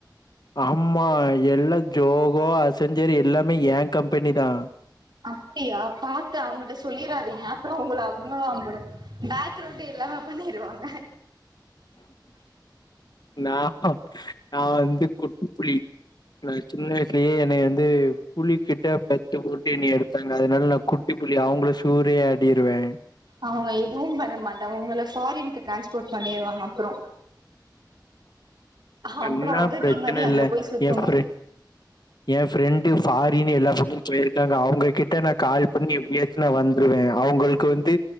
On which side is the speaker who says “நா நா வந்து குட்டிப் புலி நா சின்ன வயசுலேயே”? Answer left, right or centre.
Left